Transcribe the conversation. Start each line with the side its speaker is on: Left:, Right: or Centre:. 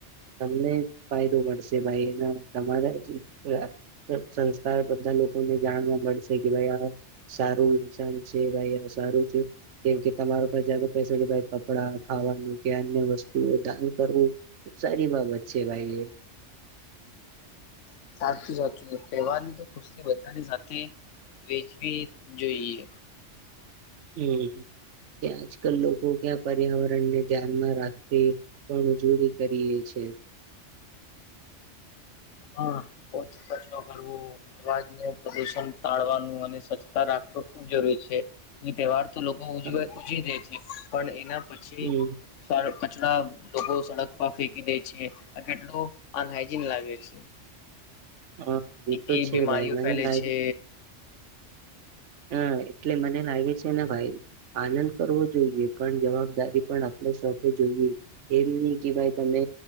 Right: તમને ફાયદો મળશે ભાઈ આઈના તમારા અ આ સંસ્કાર બધા લોકોને જાણવા મળશે કે ભાઈ આ સારું સારું. છે ભાઈ સારું છે, કેમ કે તમારો જ્યાદા પૈસા કપડા ખાવાનું ધ્યાનને વસ્ દાન કરવું ખુબ સારી બાબત છે, ભાઈ એ.
Left: <inaudible> સાચું સાચું તહેવાર ની તો ખુશી બધાની સાથે વેચવી જોઈએ.
Right: હમ. કે આજકાલ લોકો ક્યાં પર્યાવરણને ધ્યાનમાં રાખી પણ ઉજવણી કરીએ છે.
Left: હા. ઓછો કચરો કરવો અવાજ નું પ્રદુષણ ટાળવાનું અને સ્વચ્છતા રાખવ ખુબ જરૂરી છે. એ તહેવાર તો લોકો ઉજવે
Right: હા
Left: ઉજવી દે છે પણ એના પછી
Right: હમ
Left: સાફ કેટલાક લોકો સડક પર ફેંકી દે છે આ કેટલુ અનહાઈજીન લાગે છે.
Right: હા એ
Left: એન થી
Right: તો છે
Left: બીમારીઓ
Right: ભાઈ મને
Left: ફેલે
Right: લાગે
Left: છે.
Right: હા એટલે મને લાગે છે ને ભાઈ આનંદ કરવો જોઈએ પણ જવાબદારી પણ આપ સાથે જોઈએ એવી નહી કે ભાઈ તમે